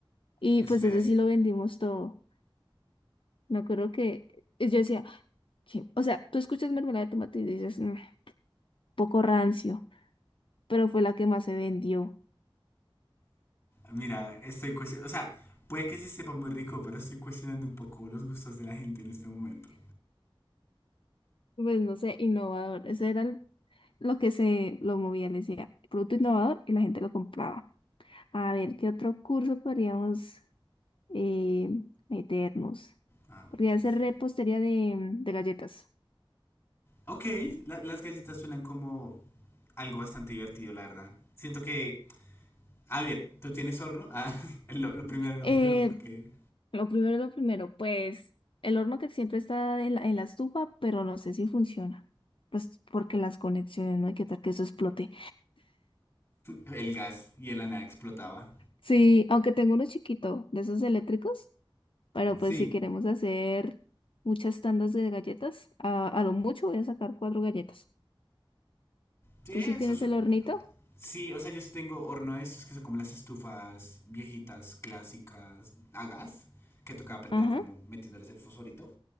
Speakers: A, on the left; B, on the left.
A: Y
B: Eso
A: pues
B: te iba
A: eso
B: a decir.
A: sí lo vendimos todo. Me acuerdo que yo decía, que- o sea, tú escuchas mermelada de tomate y dices, "Mm, poco rancio, pero fue la que más se vendió.
B: Mira, estoy cuestionando. O sea, puede que sí sepa muy rico, pero estoy cuestionando un poco los gustos de la gente en este momento.
A: Pues no sé, innovador. Ese era el- lo que se lo movía, le decía, producto innovador y la gente lo compraba. A ver, ¿qué otro curso podríamos eh, meternos?
B: Ah, mierda.
A: Podría ser repostería de, de galletas.
B: Ok, la- las galletas suenan como algo bastante divertido, la verdad. Siento que. A ver, ¿tú tienes horno? Ah, <laughs> lo, lo primero, lo
A: Eh,
B: primero, porque
A: Lo primero, lo primero, pues el horno que siempre está en la, en la estufa, pero no sé si funciona. Pues porque las conexiones, no hay que tal que eso explote.
B: el gas y el ana explotaba.
A: Sí, aunque tengo uno chiquito de esos eléctricos, pero
B: Sí,
A: pues si queremos hacer muchas tandas de galletas, a, a lo mucho voy a sacar cuatro galletas.
B: sí,
A: ¿Tú
B: eso
A: sí tienes
B: es
A: el hornito?
B: Sí, o sea, yo sí tengo horno de esos que son como las estufas viejitas, clásicas, a gas, que tocaba aprender
A: Ajá.
B: como metiéndoles el fosforito.